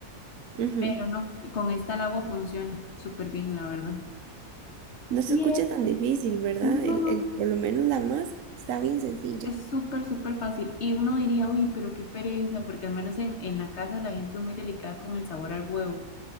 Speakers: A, on the right (about 60°); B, on the left (about 45°).
A: ujú.
B: Pero no, con esta el agua funciona súper bien, la verdad.
A: No se
B: Y
A: escucha
B: es
A: tan difícil, ¿verdad?
B: no,
A: El,
B: no,
A: el- por lo menos la masa está bien sencilla.
B: Es súper, súper fácil. Y uno diría, uy, pero qué pereza, porque al menos en, en la casa la gente es muy delicada con el sabor al huevo,